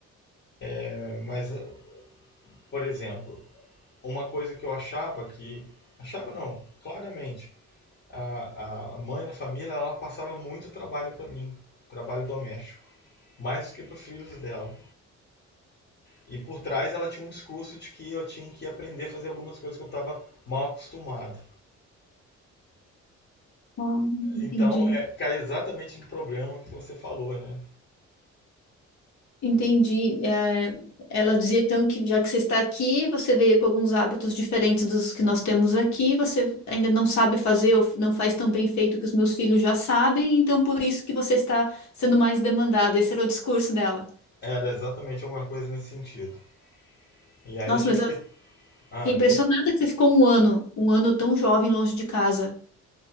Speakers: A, on the left (about 35°); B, on the left (about 65°).
A: É, Mas, eh, por exemplo, uma coisa que eu achava que. Achava não, claramente. a, a mãe na família ela passava muito trabalho para mim, trabalho doméstico, mais do que para os filhos dela. E por trás ela tinha um discurso de que eu tinha que aprender a fazer algumas coisas que eu estava mal acostumado.
B: Ah, entendi.
A: Então é, cai exatamente no problema que você falou, né?
B: Entendi. É, ela dizia então que já que você está aqui, você veio com alguns hábitos diferentes dos que nós temos aqui, você ainda não sabe fazer ou não faz tão bem feito que os meus filhos já sabem, então por isso que você está sendo mais demandada. Esse era o discurso dela.
A: Era exatamente alguma coisa nesse sentido. E aí
B: Nossa,
A: eu tive
B: mas eu
A: que, ah,
B: fiquei impressionada
A: que
B: que você ficou um ano, um ano tão jovem longe de casa.